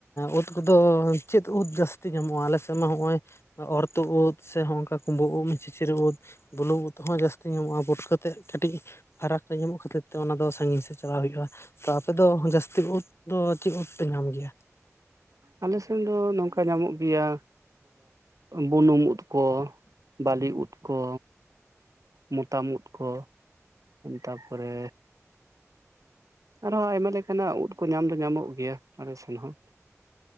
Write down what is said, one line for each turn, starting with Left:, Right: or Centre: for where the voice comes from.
Left: ᱩᱫ ᱠᱚᱫᱚ ᱪᱮᱫ ᱩᱫ ᱡᱟᱹᱥᱛᱤ ᱧᱟᱢᱚᱜ-ᱟ, ᱟᱞᱮ ᱥᱮᱫ ᱢᱟ ᱱᱚᱜ-ᱚᱭ ᱚᱨᱛᱚ ᱩᱫ ᱥᱮ ᱦᱚᱝᱠᱟ ᱠᱩᱸᱵᱟᱹ ᱩᱫ ᱪᱤᱪᱨ ᱩᱫ, ᱵᱩᱞᱩᱝ ᱩᱫ ᱦᱚᱸ ᱡᱟᱹᱥᱛᱤ ᱧᱟᱢᱚᱜ-ᱟ ᱯᱩᱴᱠᱟᱹ ᱛᱮᱫ ᱠᱟᱹᱴᱤᱡ ᱯᱷᱟᱨᱟᱠ ᱨᱮ ᱧᱟᱢᱚᱜ ᱠᱷᱟᱹᱛᱤᱨ ᱛᱮ ᱚᱱᱟ ᱫᱚ ᱥᱟᱺᱜᱤᱧ ᱥᱮᱫ ᱪᱟᱞᱟᱜ ᱦᱩᱭᱩᱜ-ᱟ᱾ ᱛᱚ ᱟᱯᱮ ᱫᱚ ᱡᱟᱹᱥᱛᱤ ᱩᱫ ᱫᱚ ᱪᱮᱫ ᱩᱫ ᱯᱮ ᱧᱟᱢ ᱜᱮᱭᱟ?
Right: ᱟᱞᱮ ᱥᱮᱫ ᱫᱚ ᱱᱚᱝᱠᱟ ᱧᱟᱢᱚᱜ ᱜᱮᱭᱟ ᱵᱩᱱᱩᱢ ᱩᱫ ᱠᱚ, ᱵᱟᱹᱞᱤ ᱩᱫ ᱠᱚ ᱢᱚᱛᱟᱢ ᱩᱫ ᱠᱚ᱾ ᱛᱟᱯᱚᱨᱮ ᱟᱨᱦᱚᱸ ᱟᱭᱢᱟ ᱞᱮᱠᱟᱱᱟᱜ ᱩᱫ ᱠᱚ ᱧᱟᱢ ᱫᱚ ᱧᱟᱢᱚᱜ ᱜᱮᱭᱟ ᱟᱞᱮ ᱥᱮᱱ ᱦᱚᱸ᱾